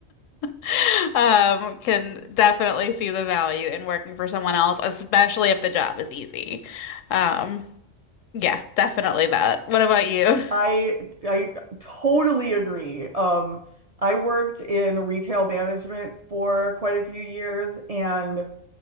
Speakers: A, on the left; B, on the right.
A: <laughs> um, can definitely see the value in working for someone else, especially if the job is easy. Um, yeah, definitely that. What about you?
B: I I totally agree. Um, I worked in retail management for quite a few years and